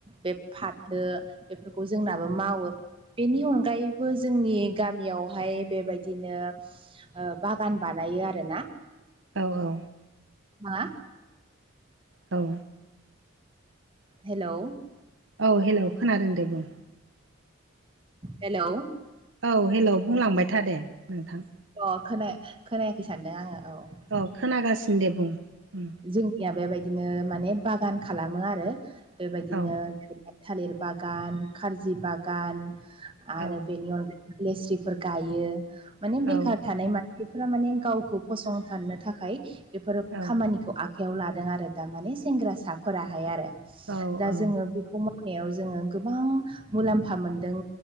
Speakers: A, on the right (about 25°); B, on the right (about 60°).
A: बे फाथो बेफोरखौ जोंनाबो मावो बेनि अनगायैबो जोंनि गामियावहाय बेबायदिनो ओ बागान बानायो आरोना
B: औ औ
A: मा
B: औ
A: हेलौ
B: औ हेलौ खोनादों दे बुं
A: हेलौ
B: औ हेलौ बुंलांबाय था दे नोंथां।
A: अ खोनाया खोनायाखै सानदों आङो औ।
B: अ खोनागासिनो दे बुं उम।
A: जोंनिया बेबायदिनो माने बागान खालामो आरो बेबायदिनो
B: औ
A: थालिर बागान खार्जि बागान आरो
B: औ
A: बेनि अन लेस्रिफोर गायो माने बेखार
B: औ
A: थानाय मा बेफोरा माने गावखौ फसंथानो थाखाय बेफोरो
B: औ
A: खामानि खौ आखाइयाव लादों आरो दा माने सेंग्रासाफोराहाय आरो
B: औ
A: दा
B: औ
A: जोङो बि खौ मावनायाव जोङो गोबां मुलाम्फा मोनदों।